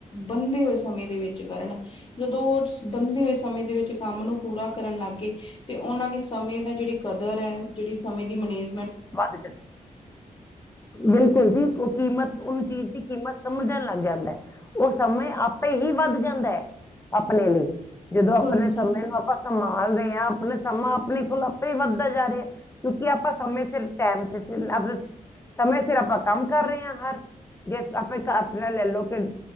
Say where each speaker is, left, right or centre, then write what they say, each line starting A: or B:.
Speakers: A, on the left; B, on the left.
A: ਬੰਦੇ ਹੋਏ ਸਮੇਂ ਦੇ ਵਿੱਚ ਕਰਨ ਜਦੋਂ ਉਹ ਬੰਦੇ ਹੋਏ ਸਮੇਂ ਦੇ ਵਿੱਚ ਕੰਮ ਨੂੰ ਪੂਰਾ ਕਰਨ ਲੱਗ ਗਏ ਤੇ ਉਹਨਾਂ ਦੀ ਸਮੇਂ ਦਾ ਜਿਹੜੀ ਕਦਰ ਹੈ ਜਿਹੜੀ ਸਮੇਂ ਦੀ ਮਨਜ
B: ਵੱਧ ਚਲੇ ਬਿਲਕੁਲ ਜੀ, ਉਹ ਕੀਮਤ ਉਹਨੂੰ ਚੀਜ਼ ਦੀ ਕੀਮਤ ਸਮਝਣ ਲੱਗ ਜਾਂਦਾ ਉਹ ਸਮੇਂ ਆਪੇ ਹੀ ਵੱਧ ਜਾਂਦਾ ਹੈ, ਆਪਣੇ ਲਈ। ਜਦੋਂ ਆਪਣੇ
A: ਹਾਂਜੀ
B: ਸਮੇਂ ਨੂੰ ਆਪਾਂ ਸੰਭਾਲਦੇ ਹਾਂ, ਆਪਣਾ ਸਮਾਂ ਆਪਣੇ ਕੋਲ ਵੀ ਵੱਧਦਾ ਜਾ ਰਿਹਾ ਕਿਉਂਕਿ ਆਪਾਂ ਸਮੇਂ ਸਿਰ ਟਾਈਮ ਤੇ ਸਿਰ ਸਮੇਂ ਸਿਰ ਆਪਾਂ ਕੰਮ ਕਰ ਰਹੇ ਹਾਂ ਹਰ ਜੇ ਆਪ ਆਪਣਾ ਲੈ ਲਓ ਕਿ ਨ